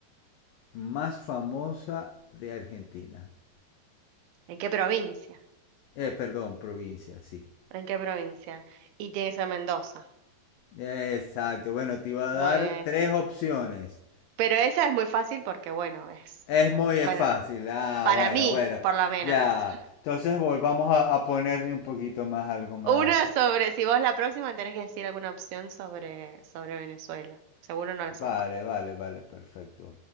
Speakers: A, on the left (about 85°); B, on the right (about 80°).
A: más famosa de Argentina?
B: ¿En qué provincia?
A: Eh, perdón, provincia, sí.
B: ¿En qué provincia? Y tiene que ser Mendoza.
A: Exacto. Bueno, te iba a
B: Muy-
A: dar tres opciones.
B: Pero esa es muy fácil porque, bueno, es.
A: Es muy
B: Bueno,
A: fácil. Ah,
B: para
A: bueno,
B: mí,
A: bueno.
B: por lo menos.
A: Ya.
B: <laughs>
A: Entonces volvamos a, a ponerle un poquito más, algo más.
B: Una sobre. Si vos la próxima tenés que decir alguna opción sobre, sobre Venezuela. Seguro no la
A: Vale,
B: saco.
A: vale, vale, perfecto.